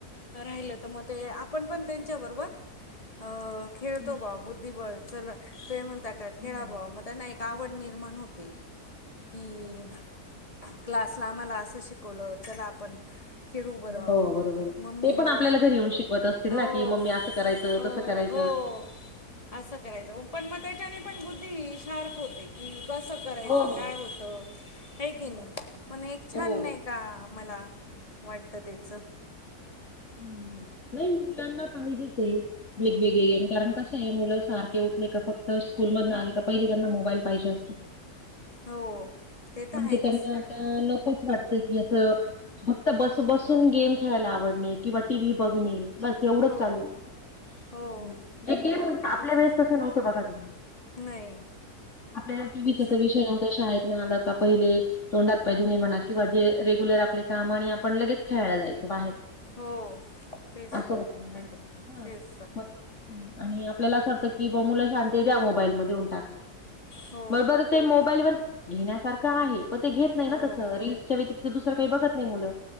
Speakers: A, on the left; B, on the left.
A: राहिलं तर म ते आपण पण त्यांच्या बरोबर अ- खेळतो
B: हम्म.
A: ब्वा बुद्धीबळ. चला ते म्हणता का खेळा
B: हो,
A: बुवा. म त्यांना एक - तावड निर्माण होते की-
B: तेच ना.
A: क्लासला आम्हाला असं शिकवलं. चला आपण- खेळू बरं
B: हो बरोबरए.
A: मम्मीला
B: ते पण आपल्याला घरी येऊन शिकवत असतील
A: हो
B: ना की मम्मी
A: हो
B: असं करायचं तसं करायच.
A: हो. असं करायचं. पण मग त्याच्याने पण बुद्धी शार्प होते की कसं- करायचं?
B: हो हो
A: काय होतं आहे की
B: हम्म.
A: नाही? पण एक छान
B: हो
A: नाही का मला- वाटत तेच.
B: हम्. नाही मुलांना पाहिजेच ए. वेगवेगळे गेम. कारण कसं आहे मुलं सारखे उठले का फक्त स्कूल मधन आले का पहिले त्यांना मोबाईल पाहिजे असतो.
A: हो ते
B: म्हणजे
A: तर आहेच
B: त्यांना - का नकोच वाटत की असं फक्त बस बसून गेम खेळायला आवडणे. किंवा टी व्ही बघणे. बस एवढंच
A: हो
B: चालू <unintelligible>
A: हो
B: जे गेम म्हणजे, आपल्या
A: तेच
B: वेळेस
A: तर.
B: तसं नव्हतं बघा तुम्ही.
A: नाही.
B: आपल्याला टी व्ही
A: तेच
B: चा
A: तर.
B: विषय नव्ह - -ता. शाळेतन आलं का पहिले तोंड हात पाय धुवून ये म्हणा किंवा जे रेग्युलर आपले काम आणि आपण लगेच- खेळायला जायचो बाहेर.
A: हो. तेच
B: असं
A: तर.
B: होत मुलां <unintelligible> ना
A: तेच तर.
B: आणि आपल्याला असं वाटतं कि बुवा मुलं शांत ए द्या मोबाईल म देऊन टाका.
A: हो
B: म परत - ते मोबाईल वर घेण्यासारखं आहे. पण ते घेत नाही
A: हो
B: ना तसं. रील्सच्या व्यतिरिक्त दुसरं काही बघत नाही मुलं.